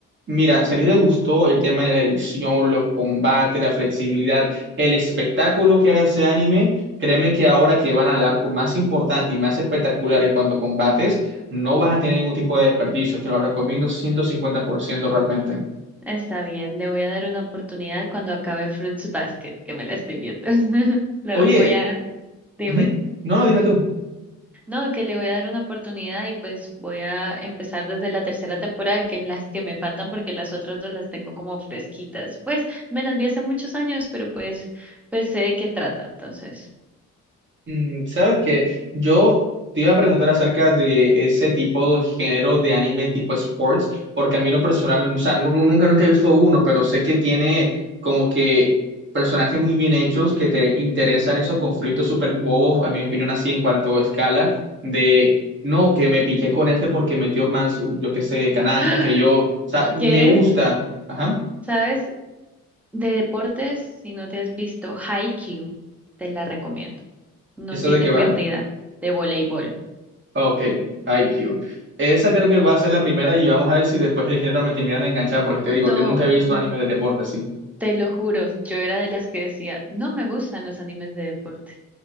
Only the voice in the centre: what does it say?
Está bien, le voy a dar una oportunidad cuando acabe Fruits Basket, que me la estoy viendo. <laughs> Le
voy a, dime.
No, que le voy a dar una oportunidad y pues voy a empezar desde la tercera temporada, que es las que me faltan porque las otras dos las tengo como fresquitas. Pues me las vi hace muchos años, pero pues, pues sé de qué trata. Entonces,
<gasps>
¿quieres?
¿Sabes? De deportes, si no te has visto Haikyuu, te la recomiendo. No
tiene
pérdida
de voleibol.
No,
mm,
te lo juro, yo era de las que decía, no me gustan los animes de deporte.